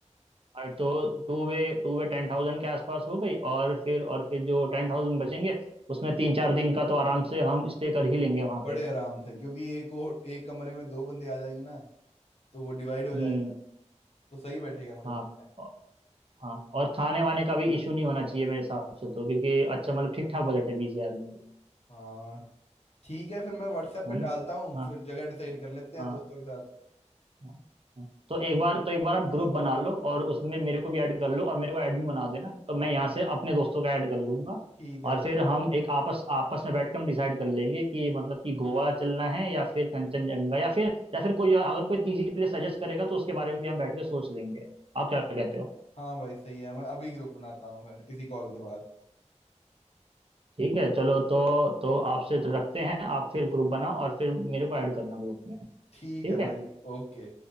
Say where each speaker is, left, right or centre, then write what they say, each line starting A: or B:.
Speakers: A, on the right; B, on the left.
A: और तो टू वे टू वे टेन थाउजेंड के आसपास हो गई और फिर और फिर जो टेन थाउजेंड बचेंगे उसमें तीन चार दिन का तो आराम से हम स्टे कर ही लेंगे वहाँ
B: बड़े
A: पे
B: आराम से क्योंकि एक और एक कमरे में दो बंदे आ जाएंगे ना तो वो डिवाइड हो
A: हम्म
B: जाएगा तो सही बैठेगा मुझे
A: हाँ
B: लगता है
A: औ- हाँ और खाने वाने का भी इशू नहीं होना चाहिए मेरे हिसाब से तो क्योंकि अच्छा मतलब ठीक ठाक बजट है बीस हजार में भी,
B: हाँ ठीक है फिर मैं व्हाट्सएप
A: है
B: पे डालता
A: ना
B: हूँ
A: हाँ
B: फिर जगह डिसाइड कर लेते हैं
A: हाँ।
B: दोस्तों के साथ
A: हाँ। तो एक बार तो एक बार आप ग्रुप बना लो और उसमें मेरे को भी ऐड कर लो और मेरे को एडमिन बना देना तो मैं यहाँ से अपने दोस्तों का ऐड कर लूंगा
B: ठीक है
A: और
B: भाई
A: फिर हम एक आपस आपस में बैठ कर हम डिसाइड कर लेंगे कि मतलब कि गोवा चलना है या फिर कंचनजंगा या फिर या फिर कोई और- अगर कोई तीसरी प्लेस सजेस्ट करेगा तो उसके बारे में भी हम बैठ के सोच लेंगे आप क्या कहते हो
B: हाँ भाई सही है मैं अभी ग्रुप बनाता हूँ फिर इसी कॉल के बाद
A: ठीक है चलो तो तो आपसे तो रखते हैं आप फिर ग्रुप बनाओ और फिर मेरे को ऐड करना ग्रुप में ठीक
B: ठीक
A: है
B: है
A: ठीक है।
B: भाई ओके